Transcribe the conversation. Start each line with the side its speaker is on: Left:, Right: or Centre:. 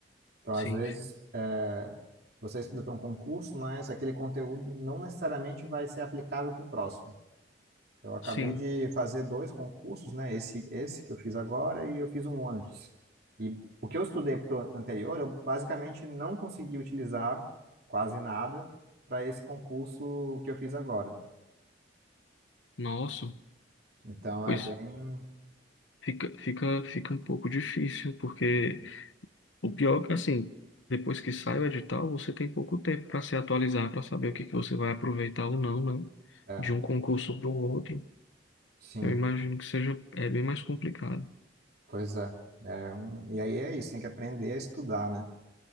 Right: Então,
Left: sim,
Right: às vezes,
Left: sim.
Right: é, você estuda para um concurso, mas aquele conteúdo não necessariamente vai ser aplicável para o próximo. Eu acabei
Left: Sim.
Right: de fazer dois concursos, né? Esse, esse que eu fiz agora e eu fiz um antes. E o que eu estudei pro anterior, eu basicamente não consegui utilizar quase nada para esse concurso que eu fiz agora.
Left: Nossa.
Right: Então
Left: Pois
Right: é bem,
Left: fica, fica, fica um pouco difícil, porque o pior é que, assim, depois que sai o edital, você tem pouco tempo para se atualizar, para saber o que que você vai aproveitar ou não, né?
Right: é,
Left: De um concurso para o outro.
Right: sim,
Left: Eu imagino que seja, é bem mais complicado.
Right: pois é. É um- e aí é isso, tem que aprender a estudar, né?